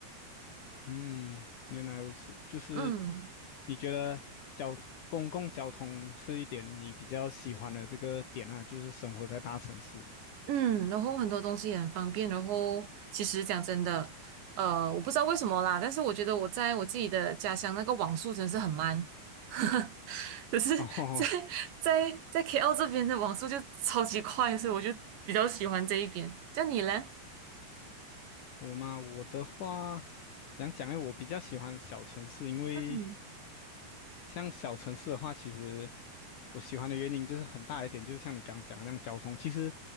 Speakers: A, on the left; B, on the right.
A: 嗯，原来如此，就是
B: 嗯
A: 你觉得交公共交通是一点你比较喜欢的这个点啊，就是生活在大城市。
B: 嗯，然后很多东西也很方便。然后其实讲真的，呃，我不知道为什么啦，但是我觉得我在我自己的家乡那个网速真的是很慢，<laughs> 可是在
A: 哦，
B: 在在 KL 这边的网速就超级快，所以我就比较喜欢这一边。像你嘞，
A: 我嘛，我的话，讲讲诶，我比较喜欢小城市，因为
B: 嗯
A: 像小城市的话，其实我喜欢的原因就是很大一点，就是像你刚刚讲的，样交通，其实，